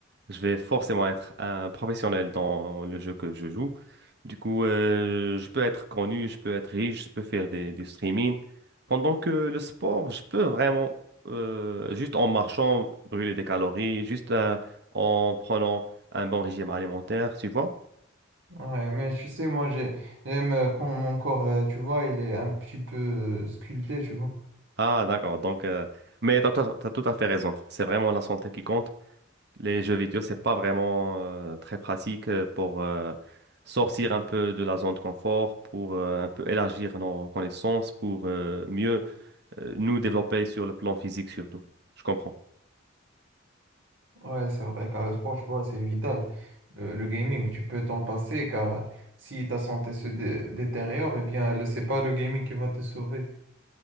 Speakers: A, on the right; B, on the right.
A: Je vais forcément être un professionnel dans le jeu que je joue. Du coup, euh, je peux être connu, je peux être riche, je peux faire des, du streaming. Pendant que le sport, je peux vraiment, euh, juste en marchant, brûler des calories, juste euh, en prenant un bon régime alimentaire, tu vois?
B: Ouais, mais tu sais, moi, j'ai, j'aime euh, quand mon corps, euh, tu vois, il est un petit peu euh, sculpté, tu vois.
A: Ah, d'accord. Donc, euh, mais t'as, tout à t'as tout à fait raison. C'est vraiment la santé qui compte. Les jeux vidéo, c'est pas vraiment euh, très pratique euh, pour euh, sortir un peu de la zone de confort, pour euh, un peu élargir nos connaissances, pour euh, mieux euh, nous développer sur le plan physique surtout. Je comprends.
B: Ouais, c'est vrai, car le sport, tu vois, c'est vital. Le, le gaming, tu peux t'en passer, car si ta santé se dé- détériore, eh bien, le- c'est pas le gaming qui va te sauver.